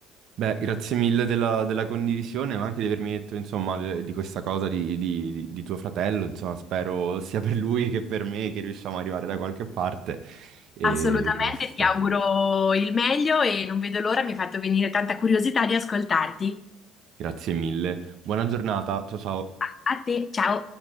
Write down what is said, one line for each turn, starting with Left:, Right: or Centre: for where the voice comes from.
Right: Beh, grazie mille della, della condivisione, ma anche di avermi detto, insomma, de- di questa cosa di, di- di tuo fratello. Insomma, spero sia per lui che per me che riusciamo ad arrivare da qualche parte. E
Left: Assolutamente,
Right: questo.
Left: ti auguro il meglio e non vedo l'ora, mi hai fatto venire tanta curiosità di ascoltarti.
Right: Grazie mille. Buona giornata. Ciao ciao.
Left: A a te, ciao.